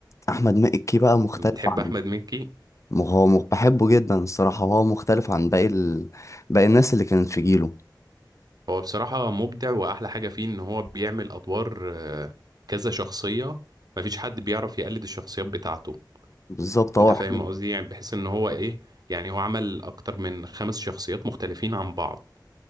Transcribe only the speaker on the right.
بتحب
احمد مكي
هو بصراحة مبدع واحلى حاجة فيه ان هو بيعمل ادوار آه، كذا شخصية مفيش حد بيعرف يقلد الشخصيات بتاعته
انت فاهم
قصدي يعني بحيث ان هو ايه يعني هو عمل اكتر من خمس شخصيات مختلفين عن بعض